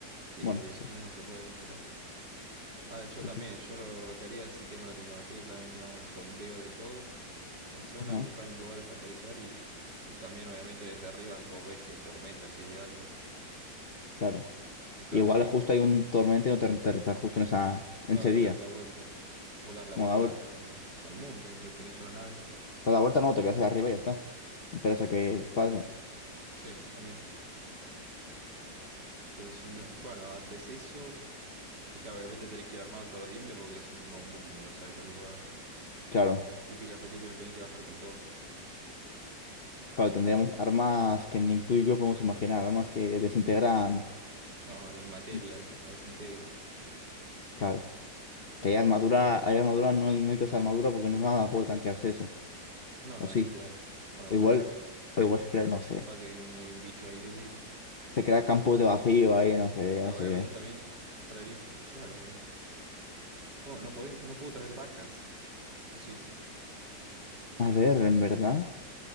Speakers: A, on the right (about 65°); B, on the left (about 40°).
A: Sí,
B: Bueno,
A: porque si
B: pues,
A: no, no se puede. Pero. A ver, yo
B: pues
A: también.
B: eso.
A: Yo lo que haría si tengo la tecnología, claramente me hago un sondeo de todo. La zona,
B: Ajá,
A: buscar lugares para aterrizar y, y también, obviamente, desde arriba vos ves si hay tormenta, si hay algo.
B: claro.
A: Y claramente.
B: Igual justo hay un tormento y no te enteras justo en esa, en
A: Claro,
B: ese
A: y
B: día.
A: das la vuelta. O das la
B: Bueno,
A: vuelta
B: la vuelta,
A: al, al- al mundo, si tenés una nave.
B: a la vuelta no, te quedas ahí arriba y ya está. Esperas a que pase.
A: Sí, también. Pero si no, bueno, haces eso. Y claro, obviamente tenés que ir armado hasta los dientes porque es un nuevo mundo, no sabes lo que puede haber.
B: Claro.
A: Las típicas películas tenés que bajar con todo.
B: Claro, tendríamos armas que ni tú y yo podemos imaginar, armas que desintegran.
A: No, en materia,
B: <laughs>
A: eh, la desintegran.
B: Claro. Que hay armadura, hay armadura, no, hay- no necesitas armadura porque no nada puede tanquearse eso.
A: No,
B: O
A: no,
B: sí.
A: literal. Bueno,
B: O igual,
A: no sé.
B: o igual se crea, no sé.
A: Capaz que hay, hay un bicho ahí que sí.
B: Se crea campos de vacío ahí, no sé,
A: Claro,
B: no sé
A: obviamente
B: qué.
A: también traería. Es que claro, ¿cómo? No podemos, no puedo traer vacas. O sí.
B: A ver, en verdad.